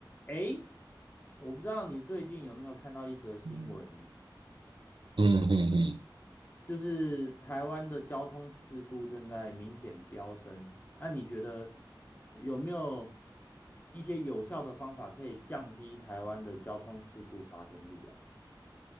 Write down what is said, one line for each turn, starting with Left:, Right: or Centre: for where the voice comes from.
Left: 诶，我不知道你最近有没有看到一则新闻，
Right: 嗯嗯嗯，
Left: 就是台湾的交通事故正在明显飙升。那、你觉得有没有一些有效的方法可以降低台湾的交通事故发生率啊？